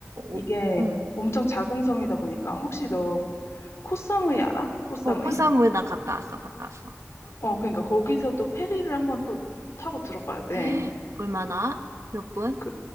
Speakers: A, on the left (about 65°); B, on the right (about 80°).
A: 이게
B: 오, 응.
A: 엄청 작은 섬이다 보니까. 혹시 너 코사무이 알아? 코사무이?
B: 어, 코사무에 나 갔다 왔어, 갔다 왔어.
A: 어, 그니까 거기서 또 페리를 한번 또 타고 들어가야 돼.
B: <gasps> 얼마나? 몇 분?
A: 그